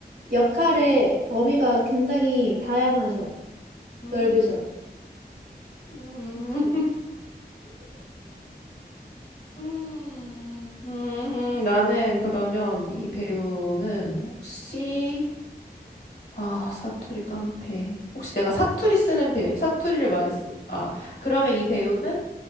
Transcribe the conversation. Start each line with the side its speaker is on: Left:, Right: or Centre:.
Right: 역할의 범위가 굉장히 다양하셔.
Left: 음,
Right: 넓으셔.
Left: 음. 음, 음, 나는 그러면 이
Right: 응,
Left: 배우는 혹시, 아, 사투리 깡패. 혹시 내가 사투리 쓰는 배, 사투리를 많이 쓰, 아, 그러면 이 배우는,